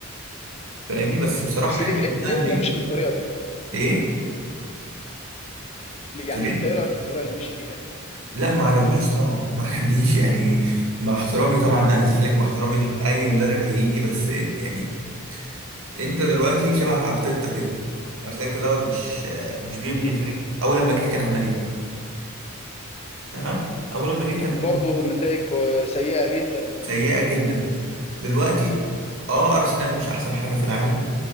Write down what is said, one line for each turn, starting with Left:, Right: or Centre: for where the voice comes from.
Right: فاهمني بس بصراحه
Left: بس
Right: حته
Left: ليه ليه
Right: ده
Left: ليه
Right: انه
Left: هو
Right: ايه
Left: مشي بالطريقه دي؟
Right: إيه؟
Left: ليه- يعني
Right: تقول ايه
Left: انت ايه رايك في الطريقه اللي مشي بيها دي؟
Right: لا ما عجبنيش طبعا <laughs> ما عجبنيش يعني مع احترامي طبعا لهانز فليك مع احترامي لاي مدرب هيجي بس يعني انت دلوقتي شبه ارتيتا كده ارتيتا دوت مش مش بيبني
Left: امم
Right: الفريق اول لما جه كان عمل ايه تمام اول لما جه كان
Left: كان برضه النتائج سيئه جدا
Right: سيئه جدا دلوقتي اه ارسنال مش احسن حاجه في العالم